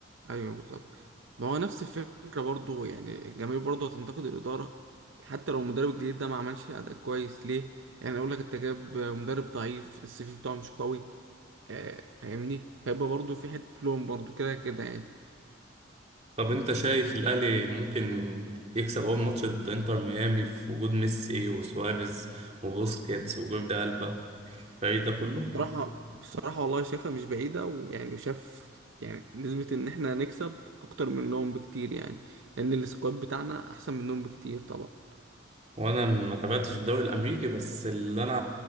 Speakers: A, on the right (about 65°); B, on the right (about 30°).
A: ايوه بالظبط ما هو نفس الفكره برضو يعني الجماهير برضو هتنتقد الاداره حتى لو المدرب الجديد ده ما عملش اداء كويس ليه يعني اقول لك انت جاب مدرب ضعيف السي في بتاعه مش قوي آه فاهمني فيبقى برضو في حته لوم برضو كده كده يعني
B: طب أنت شايف الأهلي ممكن يكسب أول ماتش ضد إنتر ميامي في وجود ميسي وسواريز وبوسكيتس وجوردي ألبا الفريق ده كله
A: بصراحه بصراحه والله شايفها مش بعيده ويعني وشاف يعني نسبه ان احنا هنكسب اكتر منهم بكتير يعني لان السكواد بتاعنا احسن منهم بكتير طبعا
B: وأنا ما تابعتش الدوري الأمريكي بس اللي أنا